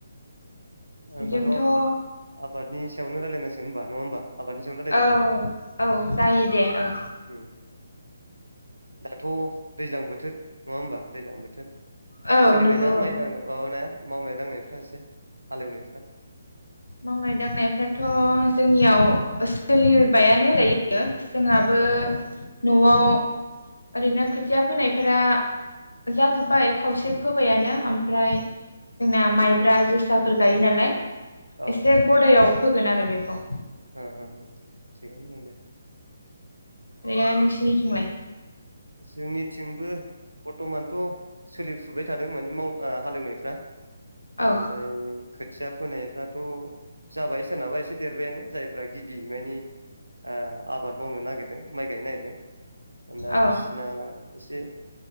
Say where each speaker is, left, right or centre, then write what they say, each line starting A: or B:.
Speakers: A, on the right; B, on the left.
A: होनबाथ
B: जोंथ' औ
A: आबादनि सायावनो रायलायनांसिगोन होनबा। नङा होनबा। आबादनि सायाव रायलायजाबाय
B: औ औ जायो दे औ
A: ओम दाथ दैज्लां बोथोर नङा होमबा दैज्लां बोथोर।
B: औ
A: सोलिबायना
B: नंगौ औ
A: माइ माबानाया मावनाय दांनायफोरा एसे हाल एवनायफोरा
B: मावनाय दांनायफ्राथ जोंनियाव सोलिबायानो दायो। जोंहाबो
A: औ
B: नआव ओरैनो खोथिया फोनायफोरा जाजोब्बाय खावसे फोबायानो ओमफ्राय। जोंना
A: औ
B: माइब्रा जोसा। फोर गायो नालाय
A: औ
B: एसे गदायाव फोगोन आरो बेखौ
A: ओम ओम ओम थिगैनो दङ दे
B: ओरैनो नोंसिनिथिंलाय?
A: जोंनिथिंबो बरतमानथ सोलिफुबाय थादों माने माव हालेवनायफ्रा
B: औ
A: ओमफ्राय खोथिया फोनायफ्राथ जाबाय सोरनाबा एसे देरबायानो जायफ्रा गिबि माने ओ आबाद मावनो नागिरदों माइ गायनो नागिरदों दा
B: औ
A: बिस ओ एसे